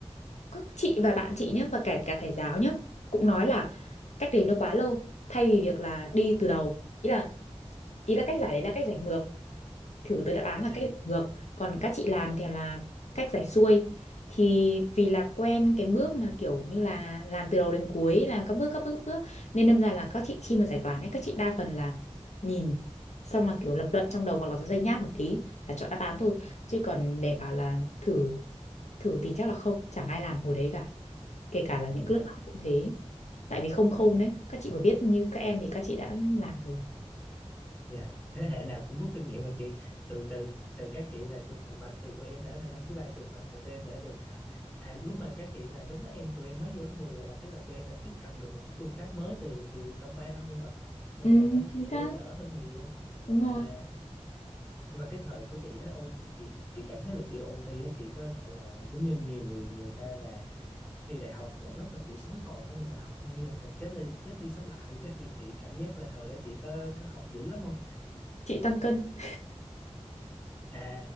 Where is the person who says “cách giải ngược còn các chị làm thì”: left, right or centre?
Left